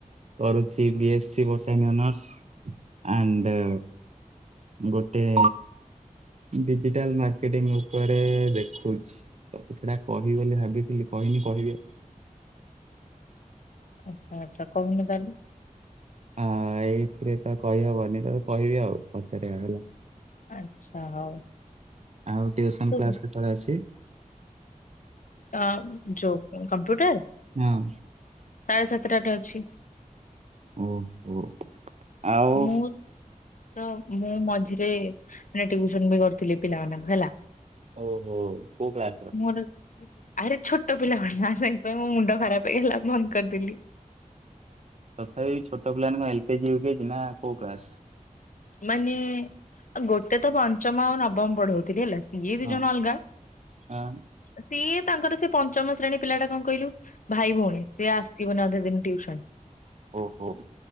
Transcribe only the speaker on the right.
କରୁଚି B S C botany honours. And ଗୋଟେ। ଡିଜିଟାଲ ମାର୍କେଟିଂ ଉପରେ ଦେଖୁଛି। ତତେ ସେଟା କହିବି ବୋଲି ଭାବିଥିଲି କହିନି କହିବି ଆଉ।
ଆ ଏଇଥିରେ ତ କହିହବନି ତ କହିବି ଆଉ ପଛ ରେ ହେଲା।
ଆଉ ଟିୟୁସନ
କ୍ଲାସ କେତେବେଳେ ଅଛି?
ହଁ।
ଓହୋ। ଆଉ
ଓହୋ କଉ କ୍ଲାସ ର?
ତଥାପି ଛୋଟ ପିଲାମାନେ କଣ ଏଲ କେଜି ୟୁ କେଜି ନା କୋଉ କ୍ଲାସ?
ହଁ
ହଁ,
ଓହୋ